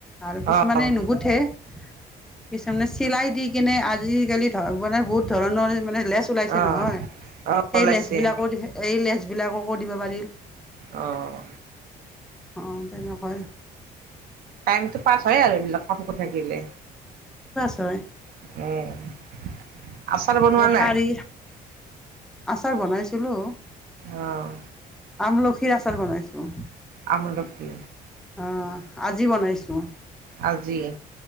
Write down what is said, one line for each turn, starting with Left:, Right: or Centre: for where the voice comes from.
Centre: আৰু কিছুমানে
Right: অহ অহ
Centre: নুগুঠে এইছামনে চিলাই দি, কেনে আজিকালি ধ মানে বহুত ধৰণৰ মানে লেচ ওলাইছে
Right: অহ
Centre: নহয়।
Right: অহ
Centre: সেই
Right: ওলাইছে
Centre: লেঞ্চবিলাকো দি এই লেঞ্চবিলাককো দিব পাৰি।
Right: অহ
Centre: অঁ তেনেকুৱাই।
Right: টাইমতটো পাছ হয় আৰু এইবিলাক কথা কৈ থাকিলে।
Centre: তই?
Right: উম' আচাৰ বনোৱা
Centre: কিবা
Right: নাই?
Centre: শাৰী আচাৰ বনাইছিলো
Right: অ',
Centre: আমলখিৰ আচাৰ বনাইছো।
Right: আমলখি।
Centre: অঁ আজি বনাইছোঁ
Right: আজি।